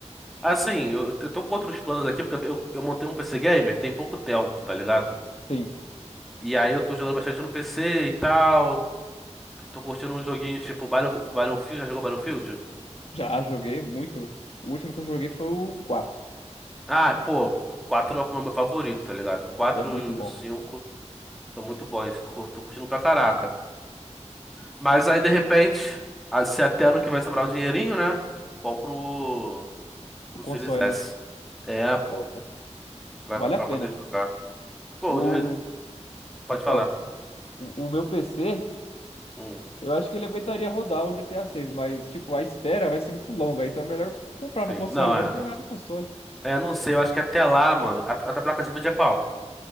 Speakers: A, in the centre; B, on the left (about 55°).
A: Assim, eu, eu tô com outros planos aqui, porque eu, te- eu, eu montei um PC Gamer tem pouco tempo, tá ligado?
B: Sim,
A: E aí eu tô jogando bastante no PC e tal. Tô tô curtindo um joguinho tipo Battle- Battlefield. Já jogou Battlefield?
B: já joguei muito. O último que eu joguei foi o quatro
A: Ah, pô, 4 é o meu favorito, tá ligado? Quatro,
B: É muito bom.
A: e 5 são muito bons. Tô, cur- tô curtindo pra caraca. Mas aí, de repente, a- se até ano que vai sobrar um dinheirinho, né? Compro o,
B: O
A: o
B: console,
A: Series S.
B: né?
A: É, pô,
B: É, tá.
A: pra,
B: Vale
A: pra pra
B: a pena.
A: poder jogar. Pô,
B: O.
A: eu, Pode
B: Pode falar.
A: falar.
B: O, o meu PC.
A: Hum,
B: Eu acho que ele aguentaria rodar o GTA 6, mas, tipo, a espera vai ser muito longa, então é melhor comprar
A: sim.
B: no console
A: Não,
B: mesmo
A: é.
B: e jogar no console.
A: É, É, não sei, eu acho que até lá, mano. A, a da placa de vídeo é qual?